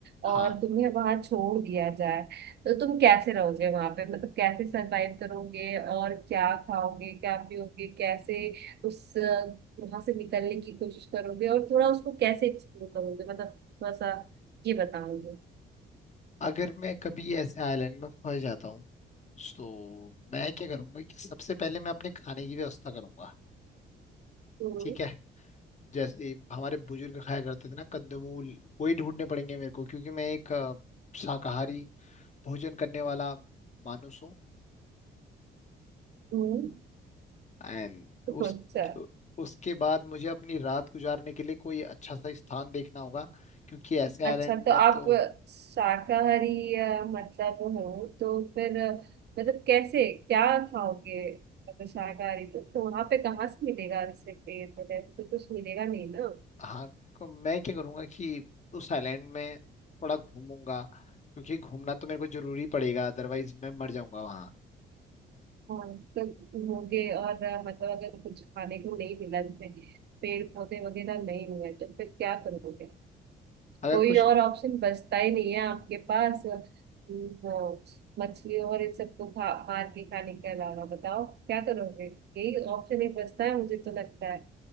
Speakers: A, on the left (about 35°); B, on the right (about 60°).
A: हाँ
B: और तुम्हें वहां छोड़ दिया जाए तो तुम कैसे रहोगे वहां पे मतलब कैसे सरवाइव करोगे और क्या खाओगे क्या पियोगे कैसे उस वहां से निकलने की कोशिश करोगे और थोड़ा उसको कैसे एक्सप्लोर करोगे मतलब थोड़ा सा ये बताओगे
A: अगर मैं कभी ऐसे आइलैंड में फंस जाता हूँ तो मैं क्या करूंगा कि सबसे पहले मैं अपने खाने की व्यवस्था करूंगा
B: हम्म
A: ठीक है जैसे हमारे बुजुर्ग खाया करते थे ना कंदमूल वही ढूंढने पड़ेंगे मेरे को क्योंकि मैं एक अ, शाकाहारी भोजन करने वाला मानुस हूँ
B: हम्म
A: एंड उस
B: अच्छा
A: उसके बाद मुझे अपनी रात गुजारने के लिए कोई अच्छा सा स्थान देखना होगा क्योंकि ऐसे
B: अच्छा
A: आइलैंड
B: तो
A: में
B: आप
A: तो
B: शाकाहारी अ, मतलब हो तो फिर अ, मतलब कैसे क्या खाओगे मतलब शाकाहारी तो, तो वहां पे कहाँ से मिलेगा जैसे पेड़ वगैरह तो कुछ मिलेगा नहीं ना
A: हाँ को- मैं क्या करूँगा कि उस आइलैंड में थोड़ा घूमूंगा क्योंकि घूमना तो मेरे को जरूरी पड़ेगा अदरवाइज मैं मर जाऊंगा वहाँ
B: हाँ तो होगे और अ, मतलब अगर कुछ खाने को नहीं मिला जैसे पेड़ पौधे वगैरह नहीं हुए तो फिर क्या करोगे
A: अगर
B: कोई
A: कुछ
B: और ऑप्शन बचता ही नहीं है आपके पास हम्म, वो मछली और इन सबको खा मार के खाने के अलावा बताओ क्या करोगे यही ऑप्शन एक बचता है मुझे तो लगता है